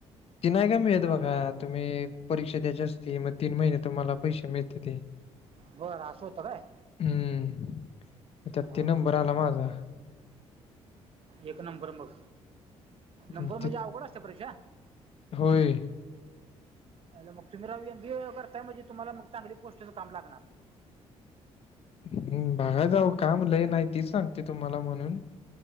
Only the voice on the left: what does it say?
ती नाही का मिळत बघा तुम्हीं परीक्षा द्यायची असते मग तीन महिने तुम्हांला पैसे मिळत्याती,
ह.. मग त्यात
ते नंबर
आला माझा.
मग
ते
होय.
हुं. बघायचं आओ काम लई नाही, तीच सांगतोय तुम्हांला म्हणून.